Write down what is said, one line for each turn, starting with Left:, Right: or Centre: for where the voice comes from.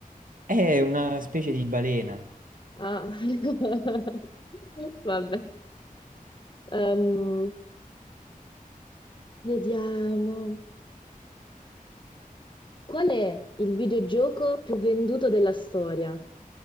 Right: è una specie di balena.
Left: Ah, <laughs> vabbè. Ehm, vediamo. Qual è il videogioco più venduto della storia?